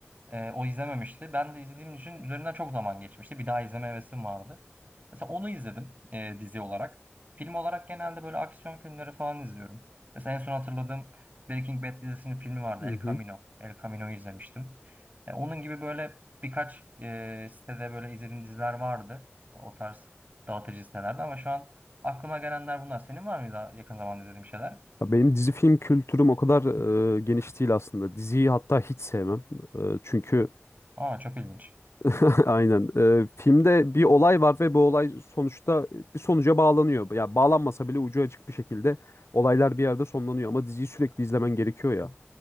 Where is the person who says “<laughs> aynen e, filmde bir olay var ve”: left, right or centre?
Left